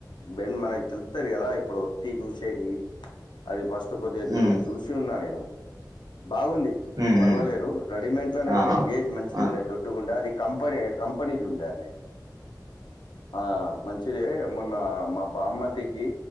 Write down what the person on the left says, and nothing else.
బెం మనకి తెల్తది గదా ఇప్పుడు తి చూసేది అది ఫస్ట్ కొద్దిగ జు
చూసి ఉన్నా నేను బాగుంది
పర్వాలేరు
రెడీమేట్లనే
గని గేజ్ మంచిగ్ డుగుండె
దొడ్డుగుండె అది కంపనీ కంపెనీజు ఉండె అండి ఆ మంచి టిదే మొన్న మా బామ్మర్ది కి